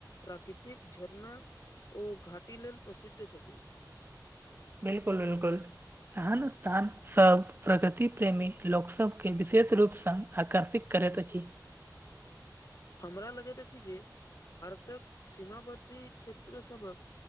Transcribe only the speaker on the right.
बिल्कूल बिल्कुल ऐहेन स्थान। सभ प्रकृति प्रेमी लोकसभकेँ विशेष रूपसँ आकर्षित करैत अछि। <inaudible>